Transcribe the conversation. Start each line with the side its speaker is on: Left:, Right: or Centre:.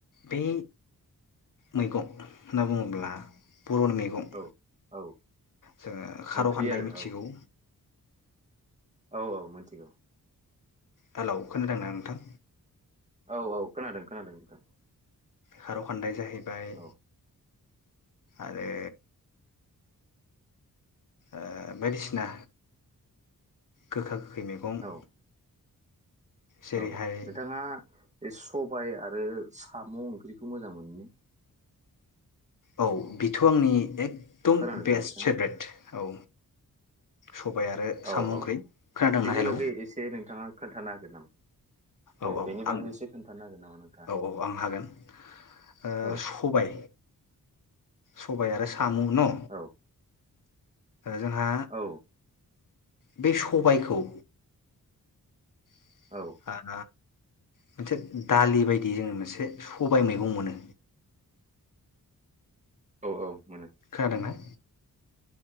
Left: बे मैगं होनना बुङोब्ला। बर'नि मैगं
Right: औ औ
Left: जोङो खार'खान्दाय
Right: ओंख्रि आरो
Left: मिथिगौ।
Right: औ औ औ मिनथिगौ।
Left: हेलौ खानादोंना नोंथां?
Right: औ औ खोनादों खोनादों नोंथां।
Left: खार'खान्दाय जाहै बाय
Right: औ
Left: आरो ओ बायदिसिना गोखा गो खै मैगं
Right: औ
Left: जेरैहाय
Right: औ नोंथाङा बे सबाय आरो साम' ओंख्रिखौ मोजां मोनो ने
Left: औ बेथ आंनि एक दम
Right: खोनादोंना
Left: बेस्ट
Right: नोंथाङा
Left: फेभरेट। औ सबाय आरो
Right: औ
Left: साम
Right: औ
Left: ओंख्रि, खोनादोंना
Right: बेनि
Left: हेलो?
Right: बागै एसे नोंथाङा खोन्थानो हागोन नामा?
Left: औ औ
Right: बेनि बागै
Left: आं
Right: एसे खोन्थानो हागोन नामा नोंथाङा
Left: औ औ आं हागोन। ओ
Right: औ
Left: सबाय सबाय आरो साम न'
Right: औ
Left: जोंहा
Right: औ
Left: बे सबायखौ <unintelligible>
Right: औ
Left: मोनसे दालि बायदि जोङो मोनसे सबाय मैगं मोनो।
Right: औ औ मोनो
Left: खोना दोंना?